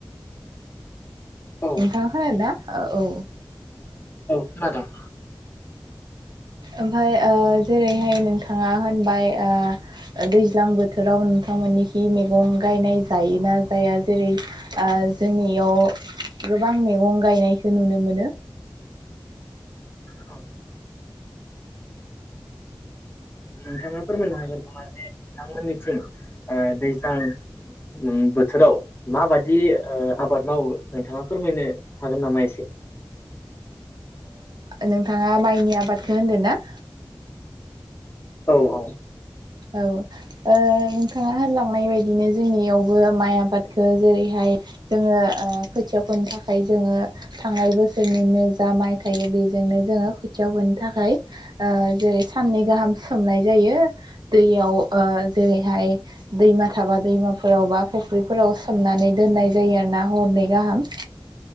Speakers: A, on the left; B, on the right.
A: औ
B: नोंथाङा खोनादों ना औ औ
A: औ खोनादोंं।
B: ओमफ्राय ओ जेरैहाय नोंथाङा होनबाय दैज्लां बोथोराव नोंथांमोननिखि मैगं गायनाय जायोना जाया? जेरै जोंनियाव गोबां मैगं गायनायखौ नुनो मोनो।
A: औ नोंथाङा फोरमायनो हागोन नामा जे नोंथांमोननिथिं दैज्लां बोथोराव माबाददि आबाद मावो नोंथाङा फोरमायनो हागोन नामा एसे?
B: नोंथाङा माइनि आबादखौ होनदों ना?
A: औ औ।
B: औ। नोंथाङा होनलांनाय बायदिनो जोंनियावबो माइ आबादखौ जेरैहाय जोङो खोथियाफोरनि थाखाय जोङो थांनाय बोसोरनिनो जा माइ थायो बेजोंनो जोङो खोथियाव होनो थाखाय जेरै साननै गाहाम सोमनाय जायो दैयाव जेरैहाय दैमा थाबा दैमाफोरावबा फुख्रिफोराव सोमनानै दोननाय जायो आरो ना हरनै गाहाम